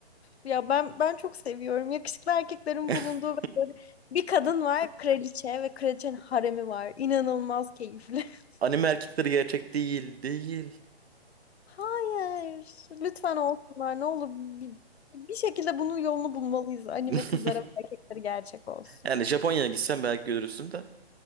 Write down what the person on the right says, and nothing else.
<laughs>
Anime erkekleri gerçek değil, değil.
<laughs>
Yani Japonya'ya gitsen belki görürsün de.